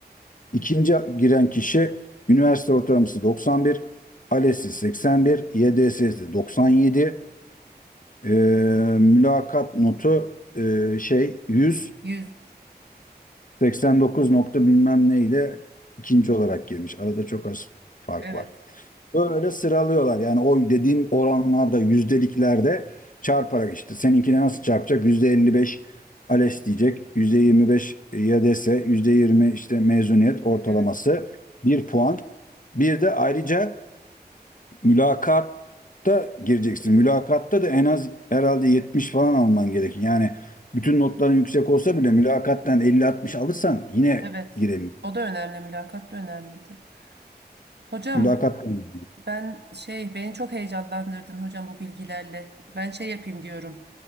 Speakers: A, on the left (about 50°); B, on the right (about 80°).
A: İkinci giren kişi üniversite ortalaması 91, ALES'i 81, YDS'si 97, Ee, mülakat notu e, şey 100,
B: Yüz.
A: 89 nokta bilmem ne ile ikinci olarak girmiş. Arada çok az fark
B: Evet.
A: var. Böyle sıralıyorlar. Yani o dediğim oranlarda, yüzdeliklerde çarparak işte. Seninkine nasıl çarpacak? %55 ALES diyecek. %25 YDS, %20 işte mezuniyet ortalaması.
B: Evet.
A: Bir puan. Bir de ayrıca mülakatta gireceksin. Mülakatta da en az herhalde 70 falan alman gerekir. Yani bütün notların yüksek olsa bile mülakattan 50-60 alırsan yine
B: Evet.
A: giremiyorsun.
B: O da önemli. Mülakat da önemliydi. Hocam
A: Mülakattan.
B: ben şey beni çok heyecanlandırdın hocam bu bilgilerle. Ben şey yapayım diyorum.